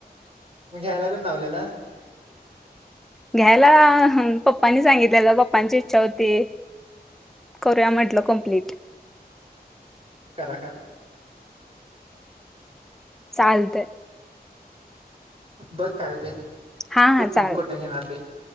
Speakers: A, on the right; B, in the centre.
A: मग घ्यायला कुणी लावलेल!
B: घ्यायला पप्पांनी सांगितलेलं पप्पांची इच्छा होती. करूया म्हटलं कंप्लीट.
A: करा करा.
B: चालतय.
A: बघ काय होतय.
B: हा
A: कुठुन
B: हा चाल
A: कुठे घेउन आलते